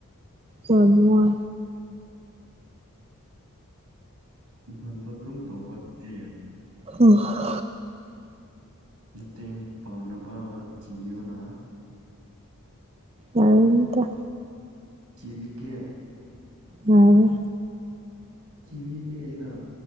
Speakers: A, on the right; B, on the right.
A: ꯌꯥꯝ ꯋꯥꯏ
B: ꯅꯊꯟꯇ ꯑꯗꯨꯝ ꯇꯧꯕ ꯑꯗꯨꯗꯤ
A: <unintelligible>
B: ꯃꯇꯦꯡ ꯄꯥꯡꯅꯕ ꯊꯤꯌꯣꯅ
A: ꯌꯥꯔꯅꯤꯗ
B: ꯆꯖꯤꯕꯤ ꯀꯦ
A: ꯌꯥꯔꯦ
B: ꯊꯤꯕꯤꯒꯦ ꯑꯩꯅ